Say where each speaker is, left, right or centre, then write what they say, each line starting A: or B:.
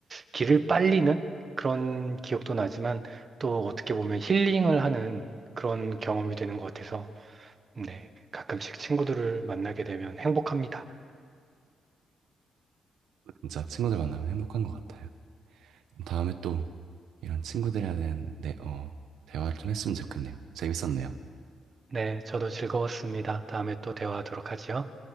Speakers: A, on the right; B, on the right.
A: 길을 빨리는 그런 기억도 나지만 또 어떻게 보면 힐링을 하는 그런 경험이 되는 것 같아서 네, 가끔씩 친구들을 만나게 되면 행복합니다.
B: 진짜 친구들 만나면 행복한 것 같아요. 그럼 다음에 또 이런 친구들에 대한 네, 어, 대화를 좀 했으면 좋겠네요. 재밌었네요.
A: 네, 저도 즐거웠습니다. 다음에 또 대화하도록 하지요.